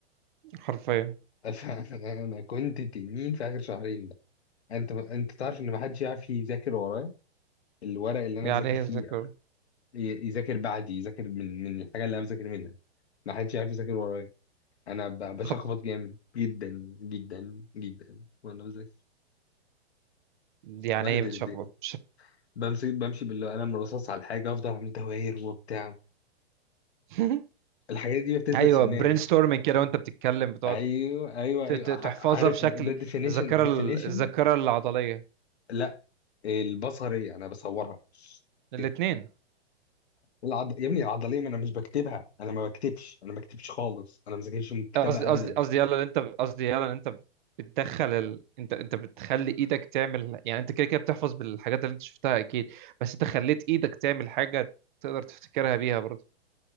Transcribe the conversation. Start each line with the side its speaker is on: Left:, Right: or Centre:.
Right: حرفيا
Left: <laughs> فانا كنت تنين في اخر شهرين ده انت انت تعرف ان ما حدش يعرف يذاكر ورايا الورق اللي انا
Right: يعني
Left: بذاكر
Right: ايه
Left: فيه
Right: ذاكر
Left: ي- يذاكر بعدي يذاكر من من الحاجه اللي انا بذاكر منها ما حدش يعرف يذاكر ورايا انا ب- بشخبط
Right: خط
Left: جامد جدا جدا جدا وانا بذاكر
Right: يعني
Left: بهدل
Right: ايه بتشخبط
Left: الدنيا بمسك بمشي بالقلم الرصاص على الحاجة أفضل أعمل دواير وبتاع
Right: <laughs>
Left: الحاجات دي بتثبت
Right: ايوه
Left: في دماغي
Right: برين ستورمنج كده وانت بتتكلم بتقعد
Left: أيوه أيوه
Right: ت-
Left: أيوه
Right: ت-
Left: ع-
Right: تحفظها
Left: عارف
Right: بشكل
Left: ده ده definition
Right: الذاكره ال-
Left: definition
Right: الذاكره العضليه
Left: لا البصرية أنا بصورها
Right: الاثنين
Left: كده العض... يا ابني العضلية ما أنا مش بكتبها أنا ما بكتبش أنا ما بكتبش خالص أنا ما ذاكرش من الكتابة
Right: قصدي
Left: أبدا
Right: قصدي قصدي يلا اللي انت قصدي يلا اللي انت بتدخل ال... انت انت بتخلي ايدك تعمل يعني انت كده كده بتحفظ بالحاجات اللي انت شفتها اكيد بس انت خليت ايدك تعمل حاجه تقدر تفتكرها بيها برضه